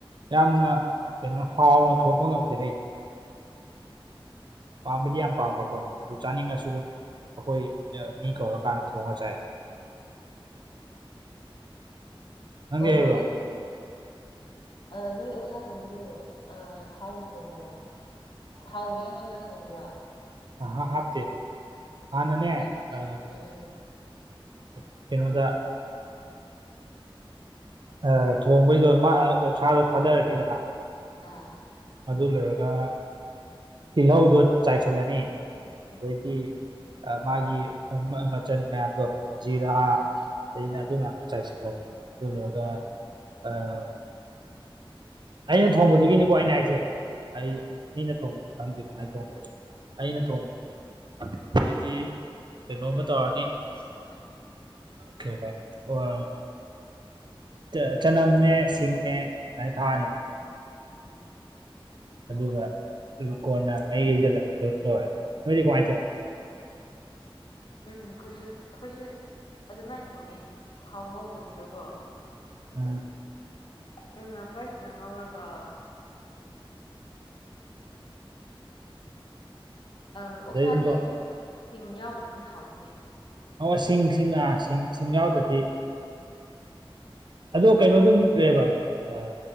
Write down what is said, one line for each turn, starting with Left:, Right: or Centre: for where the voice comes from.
Right: ꯌꯥꯝꯅ ꯀꯩꯅꯣ ꯍꯥꯎꯅ ꯊꯣꯡꯕ ꯉꯝꯗꯦ ꯍꯩꯇꯦ꯫ ꯄꯥꯝꯕꯗꯤ ꯌꯥꯝ ꯄꯥꯝꯕꯀꯣ ꯑꯗꯨ ꯆꯥꯅꯤꯡꯉꯁꯨ ꯗꯨꯝ ꯑꯩꯈꯣꯏ ꯑ ꯃꯤ ꯀꯧꯔꯀꯥꯟꯗ ꯊꯣꯡꯉ ꯆꯥꯏ꯫ ꯅꯪꯗꯤ
Left: ꯑꯣ
Right: ꯍꯩꯕ꯭ꯔꯣ
Left: ꯅꯣꯏꯗꯤ ꯑꯥ ꯅꯣꯏ ꯑꯣꯛꯁꯥ ꯊꯣꯡꯕꯗꯨ ꯊꯥꯎꯅ ꯊꯣꯡꯕ꯭ꯔꯥ꯫ ꯊꯥꯎ ꯉꯧꯔꯒ ꯊꯣꯡꯕ꯭ꯔꯥ꯫
Right: ꯑꯍ ꯍꯥꯞꯇꯦ ꯍꯥꯟꯅꯅꯦ
Left: ꯎꯝ
Right: ꯑ
Left: ꯎꯝ
Right: ꯑ ꯀꯩꯅꯣꯗ꯫ ꯑ ꯊꯣꯡꯕꯩꯗꯣ ꯃꯥ ꯑꯣꯛꯁꯥꯗꯣ ꯊꯥꯗꯔꯅꯤꯗꯅ
Left: ꯑꯥ
Right: ꯑꯗꯨ ꯂꯣꯏꯔꯒ ꯇꯤꯜꯍꯧꯗꯣ ꯆꯥꯏꯁꯜꯂꯅꯤ
Left: ꯎꯝ
Right: ꯑꯗꯩꯗꯤ ꯑ ꯃꯥꯒꯤ ꯊꯣꯡꯕ ꯃꯆꯜ ꯃꯌꯥꯝꯗꯣ ꯖꯤꯔꯥ
Left: ꯑꯥ
Right: ꯗꯩꯅ ꯑꯗꯨ ꯃꯌꯥꯝꯗꯨ ꯆꯥꯏꯁꯜꯂꯅꯤ ꯑꯗꯨ ꯂꯣꯏꯔꯒ ꯑꯥ ꯑꯩꯅ ꯊꯣꯡꯕꯗꯨꯒꯤꯅꯤꯀꯣ ꯑꯩꯅ ꯍꯥꯏꯁꯦ ꯑꯩ ꯃꯤꯅ ꯊꯣꯡꯕꯗꯤ ꯈꯪꯗꯦ ꯀꯃꯥꯏꯅ ꯊꯣꯡꯒꯦꯗꯣ ꯑꯩꯅ ꯊꯣꯡꯕꯗꯨꯒꯤ ꯑꯗꯩꯗꯤ ꯀꯩꯅꯣꯝꯃ ꯇꯧꯔꯅꯤ
Left: <inaudible>
Right: ꯀꯩꯕꯥ ꯑꯣꯑ ꯇ ꯆꯅꯝꯅꯦ ꯁꯤꯡꯅꯦ ꯑꯗꯨꯃꯥꯏꯅ ꯊꯥꯛꯑꯅꯤꯅ
Left: ꯎꯝ
Right: ꯑꯗꯨꯒ ꯗꯨ ꯀꯣꯟꯅ ꯃꯍꯤ ꯍꯩꯖꯤꯜꯂꯅꯤ ꯑꯗꯨꯝ ꯂꯣꯏꯔꯦ ꯅꯣꯏꯗꯤ ꯀꯃꯥꯏ ꯊꯣꯡꯉꯤ ꯫
Left: ꯎꯝ ꯑꯩꯈꯣꯏꯁꯨ ꯑꯩꯈꯣꯏꯁꯨ ꯑꯗꯨꯃꯥꯏꯟ ꯊꯣꯡꯉꯦ ꯊꯥꯎ ꯉꯧꯗꯕꯤꯗꯒꯣ ꯫
Right: ꯎꯝ
Left: ꯎꯝ ꯅ ꯐꯔꯁꯅ ꯉꯧꯔꯒ꯫ ꯑ ꯑꯣꯛꯁꯥꯗꯤ
Right: ꯑꯗꯩ ꯑꯗꯨꯝ ꯊꯣꯡꯉꯤ
Left: ꯁꯤꯡ ꯌꯥꯎꯗ꯭ꯔꯗꯤ ꯍꯥꯎꯇꯦ꯫
Right: ꯑꯣ ꯁꯤꯡꯁꯤꯡ ꯑꯥ ꯁꯤꯡ ꯁꯤꯡ ꯌꯥꯎꯗ꯭ꯔꯗꯤ ꯑꯗꯣ ꯀꯩꯅꯣꯗꯨꯝ ꯀꯩꯌꯦꯕ ꯑꯥ